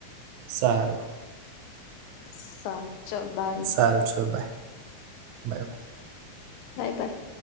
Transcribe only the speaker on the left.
સારું ચલ બાય
બાય બાય